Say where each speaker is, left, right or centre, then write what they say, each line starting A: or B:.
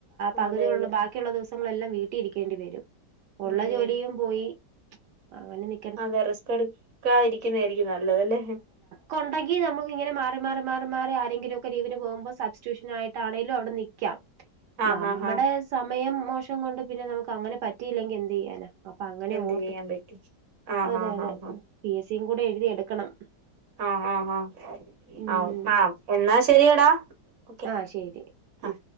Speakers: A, on the right (about 75°); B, on the right (about 50°).
A: പകുതികളും
B: അതെ അതെ
A: ബാക്കി ക്കിയുള്ള ദിവസങ്ങളെല്ലാം വീട്ടിൽ ഇരിക്കേണ്ടി വരും ഉള്ള
B: ഉം
A: ജോലിയും
B: ഉം
A: പോയി അങ്ങനെ നി
B: അതെ റിസ്ക്ക് എടുക്കാ ഇരിക്കുന്നതായിരിക്കും നല്ലതല്ലേ
A: കൊണ്ടെങ്കി നമുക്ക് ഇങ്ങനെ മാറി മാറി മാറി മാറി ആരെങ്കിലൊക്കെ ലീവിന് പോകുമ്പോ സബ്റ്റ്യഷനായിട്ടായാലും അവിടെ നിൽക്കാം
B: ആഹ്
A: നമ്മുടെ
B: ആഹ് ആഹ്
A: സമയം മോശം കൊണ്ട് പിന്നെ നമുക്ക് അങ്ങനെ പറ്റിയില്ലെങ്കി എന്ത് ചെയ്യാനാ അപ്പൊ അങ്ങനെ
B: എന്ത്
A: ഓർത്തു
B: ചെയ്യാൻ പറ്റും ആഹ്
A: അതെ
B: ആഹ്
A: അതെ
B: ആഹ്
A: പി എസ് സിയും കൂടെ എഴുതി എടുക്കണം
B: ആഹ് ആഹ്
A: ഉം
B: ആഹ് ആ ആ എന്നാ ശരിയടാ ഓക്കെ
A: ആ ശരി
B: ആ
A: ഉം